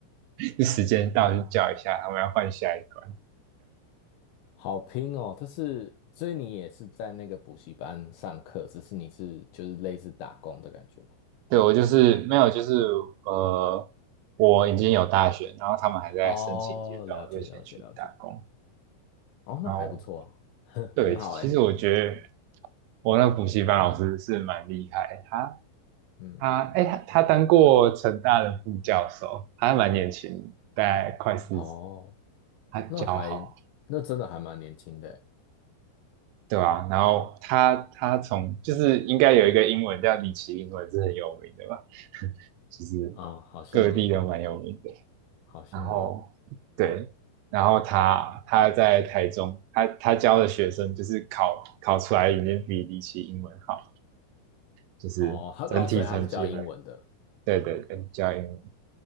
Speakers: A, on the right; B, on the left.
A: <laughs> 时间到就叫一下，他们要换下一关，
B: 好拼哦，但是，所以你也是在那个补习班上课，只是你是就是类似打工的感觉吗？
A: 对，我就是没有，就是呃，我已经有大学，然后他们还在申请阶段，
B: 哦，了解了解了解。
A: 我就先去打工。
B: 哦，
A: 然后，
B: 那还不错啊，<laughs>
A: 对，
B: 很好哎，
A: 其实我觉得我那补习班老师是蛮厉害，他
B: 嗯，
A: 他哎、他他当过成大的副教授，他还蛮年轻，大概快四十，
B: 哦，
A: 他教好，
B: 那还那真的还蛮年轻的欸
A: 对啊，然后他他从就是应该有一个英文叫李奇英文是很有名的吧，<laughs> 就是
B: 啊，好像
A: 各地都蛮有名的。
B: 好像有
A: 然后对，然后他他在台中，他他教的学生就是考考出来已经比离奇英文好，就是整体成绩还
B: 哦，他哦，所以他是教英文的，
A: 对对对，教英文，